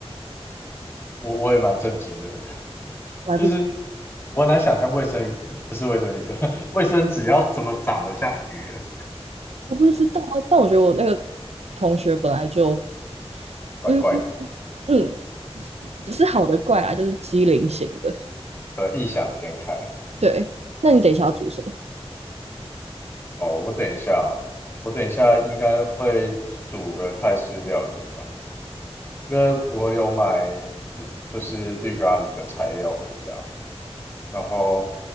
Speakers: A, on the left; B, on the right.
A: 我我也蛮震惊的，<laughs>
B: 我还不
A: 就是我很难想象卫生鱼不是卫生鱼，<laughs> 卫生纸要怎么长得像鱼啊
B: 我不知道啊但我觉得我那个同学本来就
A: 怪怪的，
B: 嗯嗯，不是好的怪啊，就是机灵型的。
A: 对啊，异想天开。
B: 对，那你等一下要煮什么？
A: 对，哦，我等一下哦，我等一下应该会煮个泰式料理吧，因为我有买绿就是绿咖喱的材料回家，然后